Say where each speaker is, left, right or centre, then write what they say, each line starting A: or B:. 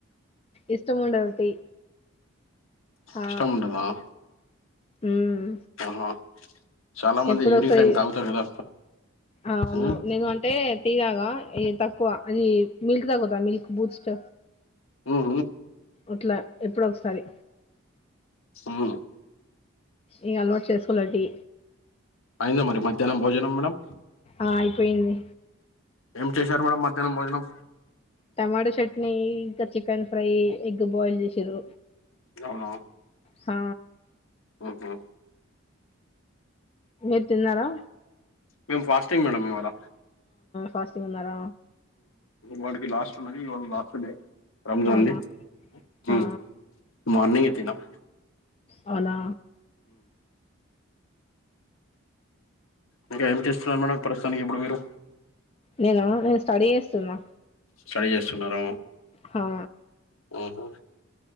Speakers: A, on the left (about 30°); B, on the left (about 80°).
A: ఇష్టము ఉండదు టీ ఆ
B: ఇష్టము ఉండదా
A: మ్మ్
B: ఆహా చాలా మంది
A: ఎప్పుడో
B: ఈవినింగ్
A: వోమ్క్సేర్
B: టైం తాగుతారు కదా
A: అవును
B: ఉమ్,
A: నేను అంటే టీ తాగ తక్కువ అది మిల్క్ తాగుతా మిల్క్ బూస్ట్
B: ఉమ్,
A: అట్లా ఎప్పుడ ఒకసారి
B: మ్మ్
A: ఇ అలవాడ్ చేసుకోలేటి
B: అయిందా మరి మధ్యాహ్నం భోజనం మేడం
A: ఆ అయిపోయింది
B: ఏం చేశారు మేడం మధ్యాహ్నం భోజనం
A: టమాటో చట్నీ ఇంకా చికెన్ ఫ్రై ఎగ్ బాయిల్ చేసిరు
B: అవునా
A: ఆ
B: ఆహా
A: మీరు తిన్నారా
B: మేము ఫాస్టింగ్ మేడం ఇవాళ
A: ఫస్ంగ్ మన్నర
B: వాడికి లాస్ట్ ఉన్నది వావాళ లాస్ట్ డే రంజాన్
A: అవునా
B: ది తిన్నం
A: ఆ
B: మార్నింగ్ తిన్నం
A: అవునా
B: ఇంకా ఏం చేస్తున్నారు మేడం ప్రస్తుతానికి ఇప్పుడు మీరు
A: నేను నేను స్టడీ చేస్తున్నా
B: స్టడీ చేస్తున్నార
A: హా
B: ఆహో